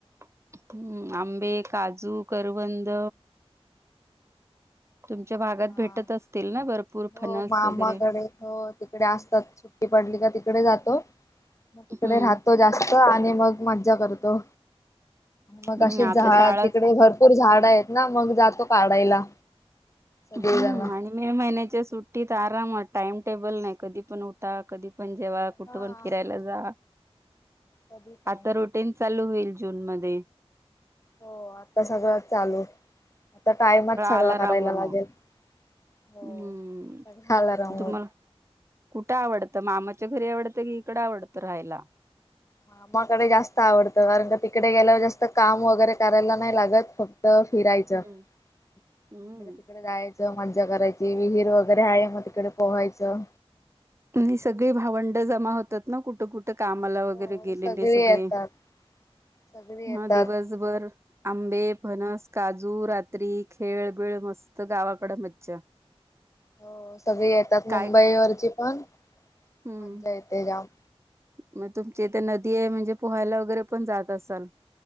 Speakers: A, on the right; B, on the left.
A: हम्म आंबे, काजू, करवंद तुमच्या भागात
B: हां
A: भेटत असतील ना भरपूर फणस
B: हो मामाकडे
A: वगैरे
B: हो तिकडे असतात सुट्टी पडली का तिकडे जातो मग तिकडे
A: हम्म
B: राहतो जा स्त आणि मग मज्जा करतो. मग
A: हम्म
B: असेच
A: आता
B: झाड
A: शाळा
B: तिकडे भरपूर झाड आहेत ना मग जातो काढायला सगळीजण.
A: हम्म आणि मे महिन्याच्या सुट्टीत आ रामात टाईम टेबल नाही कधी पण उठा कधी पण जेवा कुठं
B: हा
A: पण फिरायला जा.
B: कधी पण
A: आता रुटीन चालू होईल. जूनमध्ये.
B: हो आता सगळं चालू. आता ताईमात सगळं
A: अलाराम
B: करायला
A: वर
B: लागेल
A: मग
B: हो
A: हम्म
B: सगळं अलार्मवर.
A: तुम्हाला कुठं आवडतं मामाच्या घरी आवडतं की इकडं आवडत राहायला?
B: मामाकडे जास्त आवडत कारण का तिकडे गेल्यावर जास्त काम वगैरे करायला नाही लागत फ फिरायचं
A: हम्म
B: इकडे-तिकडे
A: हम्म.
B: जायचं. मज्जा करायची, विहीर वगैरे आहे मग तिकडे पोहायचं.
A: आणि सगळी भावंड जमा होतात ना कुठं-कुठे. कामाला वगैरे
B: हो
A: गेलेले
B: सगळी
A: सगळे,
B: येतात सगळी येतात
A: ह दिवसभर आंबे फणस काजू रात्री खेळबिळ मस्त गावाकडे मज्जा.
B: हो सगळी येतात
A: काय
B: मुंबई वरची पण.
A: हम्म
B: मज्जा येते जाम.
A: मग तुमची इथ नदी आहे म्हणजे, पोहायला वगैरे पण जात असाल.